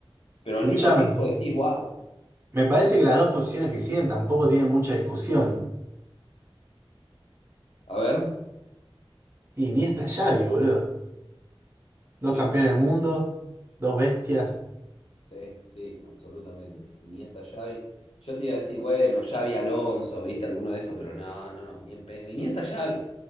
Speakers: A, on the left; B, on the right.
A: Pero
B: Escuchame,
A: al mismo tiempo decís, wow.
B: me parece que las dos posiciones que siguen tampoco tienen mucha discusión.
A: A ver.
B: Y ni esta Xavi, boludo. Dos
A: Sí.
B: campeones del mundo, dos bestias.
A: Sí, sí, absolutamente. Iniesta, Xavi. Yo te iba a decir, bueno, Xavi Alonso, ¿viste alguno de esos? Pero no, no, ni en pedo. Iniesta, Xavi.